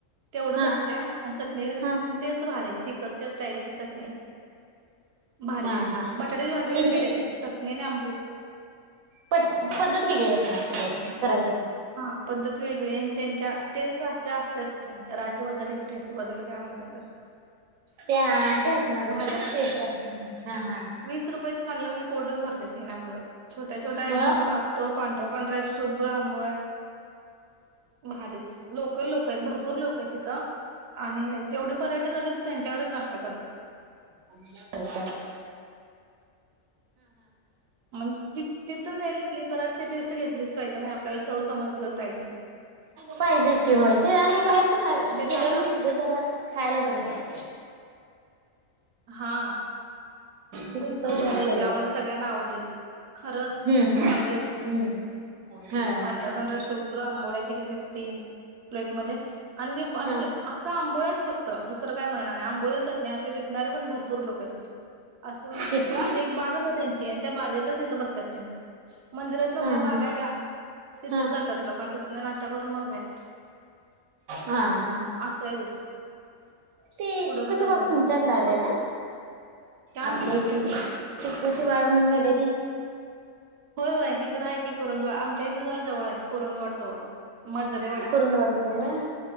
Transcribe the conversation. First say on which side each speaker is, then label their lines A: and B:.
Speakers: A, on the right; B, on the right.
A: तेवढंच
B: हा
A: असते आणि चटणी
B: हा
A: ते भार तिकडच्या स्टाईलची चटणी भारी
B: हा हा
A: बटाट्याची भाजी वगैरे
B: त्यांची
A: काही देत नाही चटणी आणि आंबोळी
B: प पद्धत वेगळी असणार करायची
A: हा पद्धत वेगळी आणि त्यांच्या तेच अस असतेच की राज्य बद्दल कि बदल त्या म्हत्यात तस
B: त्या ते असणारच
A: भारी
B: ना
A: असते
B: टेस्ट असणार हा हा
A: वीस रुपयात खाल्लं म्हणजे पोटच भरते तीनं आंबोळी छोट छोटा छोट एकम
B: हो
A: पातळ पांढरा पांढरा्या शुभ्र आम् भारच लोकल लोक आहेत भरपूर लोक तिथं आणि जेवढे पर्यटक जाते ते त्यांच्याकडच नाश्ता करतात.
B: हो का!
A: मण ति तिथं जाईल तिथली जराशी टेस् घेतलीच पाहिजे आणि आपल्याला चव समज लि पण पाहिजे -
B: पाहिजेच की होय ते आणि बाहेरच खा
A: ते झालं
B: गेलेवर तिथले जरा खायला बरंच वाटते. <inaudible>
A: हा
B: तिथली
A: पण चव
B: घ्यायला
A: भारी होती
B: बरी
A: आम्हाला
B: वाटते.
A: सगळ्यांना आवडलेली. खरंच
B: हम्म हम्म
A: चांगली होती चव.
B: हम्म
A: पाढऱ्या
B: हा
A: पांढऱ्या शुभ्र अंबोळ्या केलेल्या तीन प्लेटमध्येध्ये आणिे असं
B: हा हा
A: आंबोळ्याच फक्त दुसरं काय मिळणार आहे आंबोळी आणि चटणी असे विक निणारे पण भरपूर लोक आहेत तिथ अस
B: तेच का
A: अस एक बागच आहे त्यांची आणि त्या बागेतचथ बस ्यने मंदिरातन
B: हा
A: बाहेर आल्या
B: हा
A: आल्या तिथंच
B: हा
A: जातात लोक आणि तिथन नाश्ता करून मग बाहेर
B: हा हा
A: असं येत.
B: ते
A: कुडल
B: चिकूची
A: संगम
B: बाग तुमच्याकडे
A: म्हण
B: आल्या
A: कुड
B: का?
A: काय म्हणला?
B: आपल्या इथे चिक्कूची बाग म्हणून झाल्या ती
A: होय होय इकड आहे की कुरुंदवाड आमच्या इथनं जरा जवळ आहे कुुरुंंवाड जवळ मजरेवाडी.
B: कुरुंदवाड जवळ होय.